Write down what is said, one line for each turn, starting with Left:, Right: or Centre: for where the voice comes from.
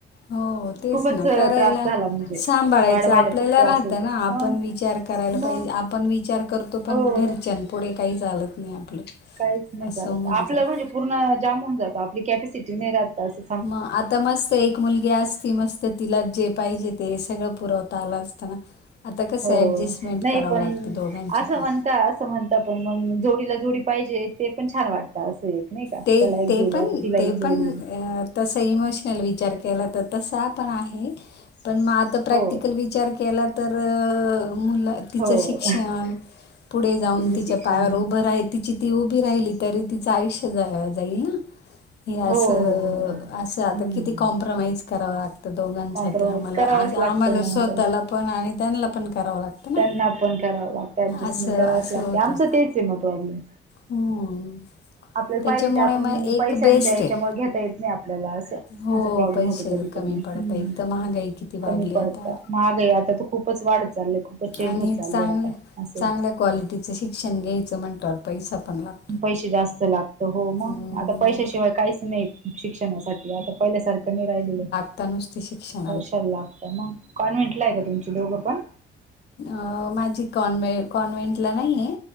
Left: हो तेच
Right: खूपच
Left: ना करायला
Right: त्रास झाला म्हणजे
Left: सांभा करायचं
Right: वाढवायला
Left: आपल्याला
Right: खूप त्रास
Left: राहतं
Right: होतो
Left: ना आपण
Right: मग
Left: विचार करायला
Right: मग
Left: पाहिजे आपण विचार करतो
Right: हो
Left: पण घरच्यान पुढे काही चाल‌त नाही आपलं.
Right: काहीच नाही
Left: असं
Right: चालत
Left: होऊन
Right: आपलं
Left: जात
Right: म्हणजे पूर्ण जाम होऊन जातं आपली कॅपॅसिटी नाही राहतंसी.
Left: म आता मस्त आहे एक मुलगी आज ती नसती तिला जे पाहिजे ते सगळं पुरवता आलं असत ना. आता कसं
Right: हो
Left: ॲडजस्टमेंट
Right: नाही
Left: करावं
Right: पण
Left: लागते दोघांची
Right: असं
Left: पण.
Right: म्हणत म्हणता पण मंग जोडीला जोडी पाहिजे ते पण छान वाटत असं एक नाही का
Left: ते
Right: त्याला एक
Left: ते
Right: जोडी,
Left: पण
Right: आता तिला एक
Left: ते पण
Right: जोडी
Left: तसं इमोशनल विचार केला तर तसा पण आहे पण म तर प्रॅक्टिकल
Right: हो
Left: विचार केला तर मुला तिचं
Right: हो
Left: शिक्षण पुढे जाऊन
Right: तिचं
Left: तिच्या
Right: शिक्षण
Left: पायावर उभं राय तिची ती उभी राहिली तरी तिचं आयुष्य जा जाईल ना हे
Right: हो
Left: असं
Right: हो हो हम्म
Left: असं आता किती कॉम्प्रमाइज करावं लागते तर दोघांसाठी
Right: कॉम्प्रोमाइज
Left: आम्हाला
Right: करावंच
Left: आज
Right: लागतं
Left: आम्हाला
Right: नंतर
Left: स्वतःला पण आणि त्यांना पण करावं लागतं ना
Right: त्यांना पण करावं लागत अजस्टमेंट
Left: असं
Right: करावंच
Left: असं
Right: लागते
Left: होतं.
Right: आमचं तेच आहे मग प्रॉब्लेम
Left: हम्म
Right: आपल्याला
Left: त्याच्यामुळे
Right: पाहिजे ते आपण
Left: मग एक
Right: पैशांच्या
Left: बेस्ट
Right: याच्यामुळ
Left: आहे.
Right: घेता येत नाही आपल्याला असं आहे.
Left: हो
Right: अस प्रॉब्लेम
Left: पैसे
Right: होतो‌ कधी कधी,
Left: कमी पडत
Right: हम्म
Left: एक तर महागाई किती
Right: कमी
Left: वाढली
Right: पडत
Left: आता
Right: महाग आहे आता तर खूपच वाढत चाललंय. खूपच चेंज
Left: आणि
Right: होत चाललंय
Left: चांगले
Right: आता असं
Left: चांगल्या क्वालिटीचं शिक्षण घ्यायचं म्हटल्यावर पैसा पण लागतो.
Right: पैसे जास्त लागत हो मग
Left: हम्म
Right: आता पैशाशिवाय काहीच नाही शिक्षणासाठी आता पहिल्यासारखं नाही राहिलेलं.
Left: आता नुसती शिक्षण
Right: वर्षाला लागतं ना. कॉन्व्हेंट ला आहे का तुमचे दोघं पण?
Left: अह माझी कॉन कॉन्व्हेंटला नाही आहे